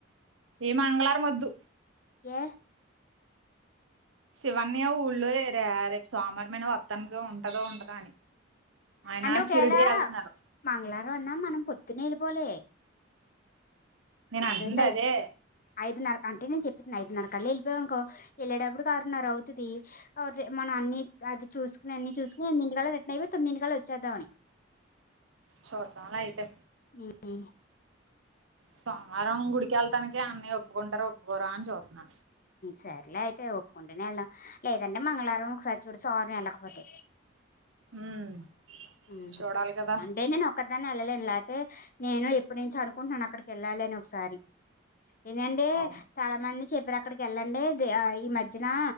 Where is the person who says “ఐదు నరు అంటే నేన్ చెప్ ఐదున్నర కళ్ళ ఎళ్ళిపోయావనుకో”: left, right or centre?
Left